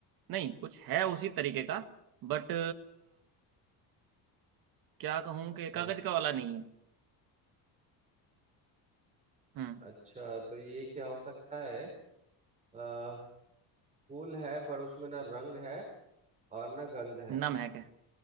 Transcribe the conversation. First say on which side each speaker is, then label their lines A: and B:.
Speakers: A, on the right (about 50°); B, on the right (about 15°).
A: नहीं कुछ है उसी तरीके का बट क्या कहूँ
B: अच्छा
A: कि कागज का वाला नहीं है हम्म
B: अच्छा तो ये क्या हो सकता है आ, फूल है पर उसमें ना रंग है और ना गंध है
A: नम है क्या